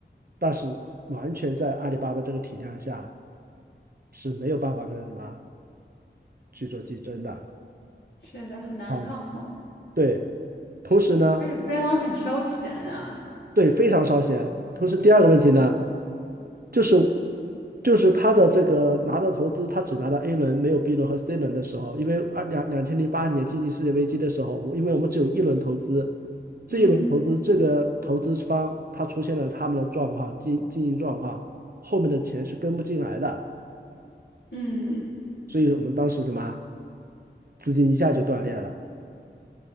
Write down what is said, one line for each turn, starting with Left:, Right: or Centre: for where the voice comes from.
Right: 但是完全在阿里巴巴这个体量下是没有办法跟它什么去做竞争的
Left: 是的，很难抗衡。
Right: 啊。对，同时呢，
Left: 而且互联网很烧钱啊，
Right: 对，非常烧钱。同时第二个问题呢。就是就是他的这个拿到投资，他只拿到 A 轮，没有 B 轮和 C 轮的时候，因为二两两千零八年经济世界危机的时候，因为我们只有一轮投资，这一轮投资这个投资方他出现了他们的状况经经营状况，
Left: 嗯
Right: 后面的钱是跟不进来的，
Left: 嗯，
Right: 所以我们当时什么资金一下就断裂了。